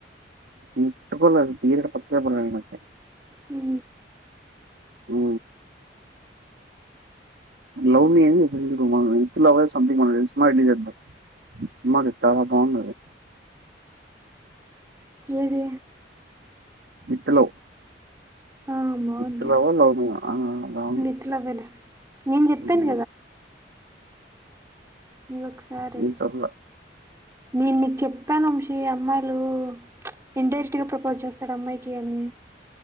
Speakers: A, on the right; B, on the right.
A: ముట్టుకోలే మీకంటే పత్తి వ్యాపారమే మాది
B: హు
A: హు లవ్ మి అని మొన్న సినిమా రిలీజ్ అయినది సినిమా చాలా బాగుంది
B: ఏది
A: విత్ లవ్
B: ఆ! బావుంది.
A: విత్ లవ్ ఆ లవ్ మి ఆ హ
B: విత్ లవ్వేలే. నేను చెప్పాను
A: హ
B: నీకొసారి
A: నేను చదవల
B: నేను నీకు చెప్పాన విషయం ఏ అమ్మాయి లు ఇంటైరెక్ట్గా ప్రపోజ్ చేస్తాడు అమ్మాయికి అని